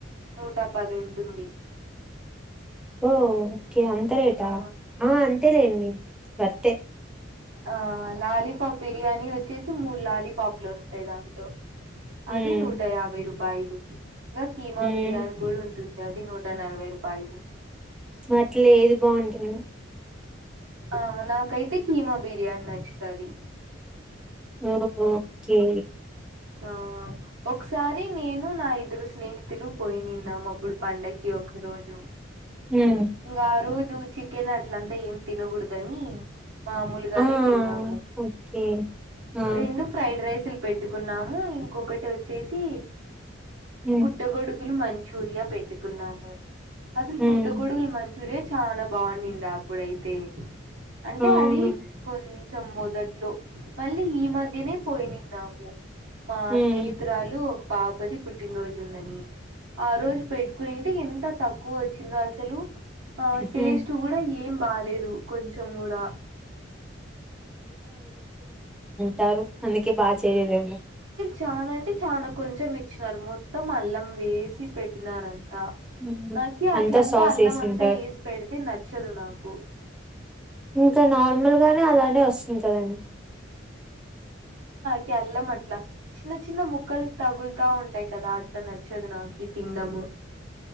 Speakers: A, on the right; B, in the centre.
A: నూట పదింటుంది
B: ఓ ఓకే అంత రేటా
A: ఆ
B: ఆ అంతేలేండి వర్తే
A: ఆ లాలీపాప్ బిర్యానీ వచ్చేసి మూడు లాలీపాప్లు వస్తాయి దాంట్లో
B: హ్మ్.
A: అది నూట యాభై రూపాయలు ఇంకా కీమా
B: హ్మ్.
A: బిర్యానీ కూడా ఉంటుంది గది నూట నలభై రూపాయలు
B: వాటిలో ఏది బాగుంటుంది
A: ఆ నాకైతే కీమా బిర్యానీ నచ్చుతాది
B: ఓ ఓకే
A: ఆ ఒకసారి నేను నా ఇద్దరు స్నేహితులు పోయి నిన్నాము. ఇప్పుడు పండక్కి ఒక రోజు
B: హ్మ్
A: ఇంగ ఆ రోజు చికెన్ అట్లంతా ఏం తినగూడదని మామూలుగానే
B: ఆ
A: తిన్నాము
B: ఓకే ఆ
A: రెండు ఫ్రైడ్ రైసులు పెట్టు కున్నాము ఇంకొకటి వచ్చేసి
B: హ్మ్
A: పుట్టగొడుగ్ కెన్ మంచూరియా పెట్టుకున్నాము. అసలు
B: హ్మ్
A: పుట్టుకొడుగులు మం చూర్య చాలా బావున్నిందా అప్పుడైతే అంటే
B: అవును
A: అది కొన్ చెం మొదట్లో మళ్ళీ ఈ మధ్యనే పోయి నిన్నాము. మా
B: హ్మ్
A: స్నేహితురాలు ఒక పాపది పుట్టినరోజు ఉందని ఆ రోజు పెట్టుకునింటే ఎంత తక్కువొచ్చిందో అసలు. ఆ
B: హ్మ్
A: టేస్ట్ గూడ ఏం బాలేదు కొంచెం గూడా.
B: తారు అందుకే బాగా చేయలేదేమో
A: చాలా అంటే చాల కొంచెం ఇచ్చినారు. మొత్తం అల్లం వేసి పెట్టినారు అం తా
B: హ్మ్
A: నాకి అట్లంతా
B: అంతా సాస్
A: అల్లం
B: ఏసింటారు
A: అంతా వేసి పెడితే నచ్చదు నాకు.
B: ఇంకా నార్మల్ గానే అలానే వస్తుంది కదండి.
A: కి అల్లం అట్లా చిన్న చిన్న ముక్కలు తగులుతా ఉంటాయి కదా అట్లా నచ్చదు నాకు ఈ తిండము